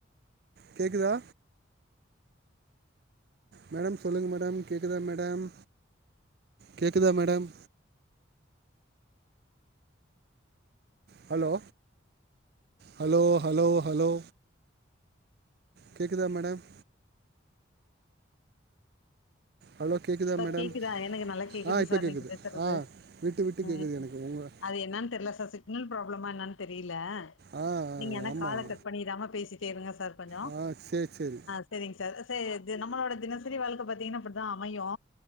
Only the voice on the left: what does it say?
சார்
கேக்குதா எனக்கு நல்லா கேக்குது
சார்
நீங்க பேசுறது
உம்
அது என்னன்னு தெரியல சார் என்ன ப்ராளமா என்னு தெரியும் <unintelligible> இ
நீங்கனா
கால கட் பண்ணிராம பேசிட்டேங்க சார் கொஞ்சம்
சரிங்க சார் து நம்மளோட தினசரி வாழ்க்க பாத்தீங்கனா அப்டி. தா அமையு.